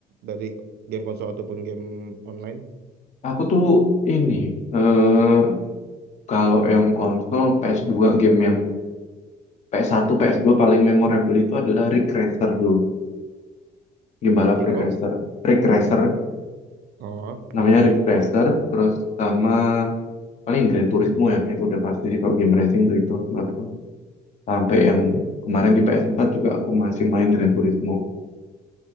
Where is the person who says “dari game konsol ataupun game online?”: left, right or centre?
Right